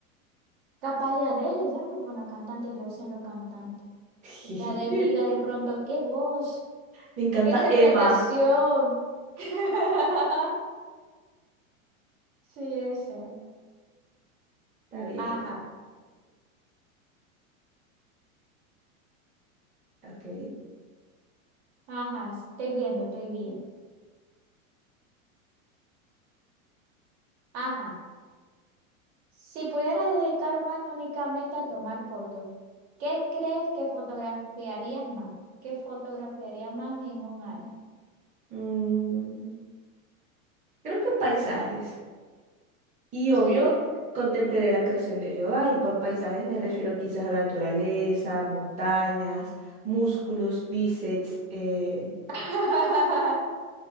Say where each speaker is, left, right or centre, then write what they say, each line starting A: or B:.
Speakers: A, on the right; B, on the right.
A: capaz y Adele, ella es muy buena cantante, yo siendo cantante.
B: <laughs>
A: Y que Adele diga de pronto, qué voz,
B: Me encanta
A: qué interpretación.
B: Emma.
A: <laughs> Sí, eso.
B: Está bien,
A: Ajá,
B: esa. Ok.
A: ajá, estoy viendo, estoy viendo. Ajá. Si pudiera dedicar un año únicamente a tomar fotos, ¿qué crees que fotografiarías más? ¿Qué fotografiarías más en un año?
B: Mm, creo que paisajes. Y
A: Sí.
B: obvio, contemplaré la creación de Jehová y por paisajes me refiero quizás a la naturaleza, montañas, músculos, bíceps, eh,
A: <laughs>